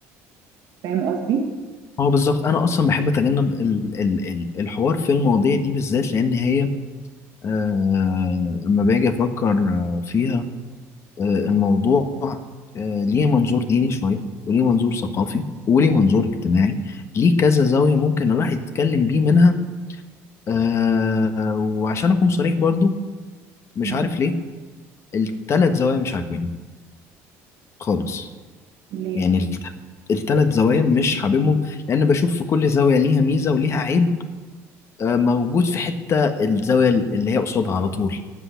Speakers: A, on the right (about 65°); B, on the left (about 45°).
A: فاهم قصدي؟
B: هو بالظبط انا اصلا بحب اتجنب ال ال ال الحوار في المواضيع دي بالذات لان هي آه، اما باجي افكر آه، فيها آه، الموضوع آه، ليه منظور ديني شوية وليه منظور ثقافي وليه منظور اجتماعي ليه كذا زاوية ممكن الواحد يتكلم بيه منها آه، وعشان أكون صريح برضو مش
A: مم.
B: عارف ليه التلات زوايا مش عاجبيني خالص
A: ليه؟
B: يعني الت- التلات زوايا مش حاببهم لأن بشوف في كل زاوية ليها ميزة وليها عيب آه، موجود في حتة الزاوية اللي هي قصادها على طول